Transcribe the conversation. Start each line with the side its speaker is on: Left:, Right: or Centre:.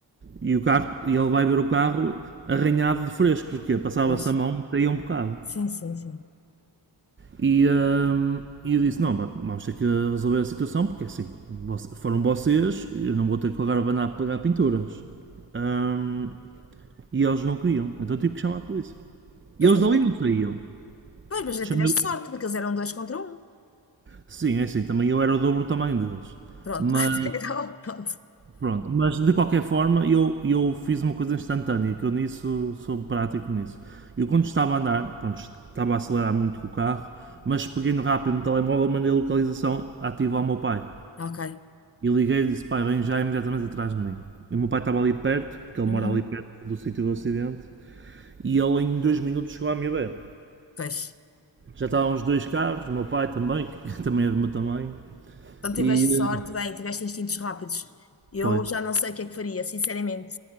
Right: E o carro, e ele vai ver o carro arranhado de fresco, porque passava-se
Left: pois.
Right: a mão e saía um bocado.
Left: Sim, sim, sim.
Right: E, ahm, e eu disse, não, va- vamos ter que resolver a situação, porque é assim, voce- foram vocês, eu não vou ter que agora abanar a pegar pinturas. Ahm, e eles não queriam, então tive que chamar a polícia.
Left: Pois,
Right: E eles
Left: mas,
Right: dali não saíam.
Left: pois, mas já
Right: Chamei...
Left: tiveste sorte, porque eles eram dois contra um.
Right: Sim, é assim, também eu era o dobro do tamanho deles.
Left: Pronto.
Right: Mas
Left: <laughs> Então, pronto.
Right: Pronto, mas de qualquer forma eu, eu fiz uma coisa instantânea, que eu nisso sou prático nisso. Eu quando estava a andar, pronto, estava a acelerar muito com o carro, mas peguei no rápido no telemóvel, mandei a localização ativa ao meu pai.
Left: Ok.
Right: E liguei e disse, pai, vem já imediatamente atrás de mim. E o meu pai estava ali perto, porque ele
Left: Uhum.
Right: mora ali perto do sítio do acidente, e ele em dois minutos chegou à minha beira.
Left: Pois.
Right: Já estavam os dois carros, o meu pai também, que <laughs> também é do meu tamanho,
Left: Então tiveste
Right: e eh,
Left: sorte, bem, tiveste instintos rápidos. Eu
Right: foi.
Left: já não sei o que é que faria, sinceramente.